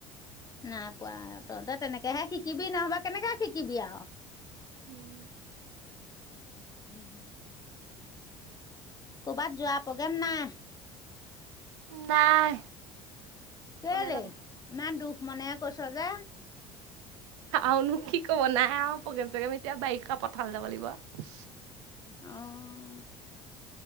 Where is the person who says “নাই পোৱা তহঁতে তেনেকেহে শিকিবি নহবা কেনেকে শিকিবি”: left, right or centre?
Left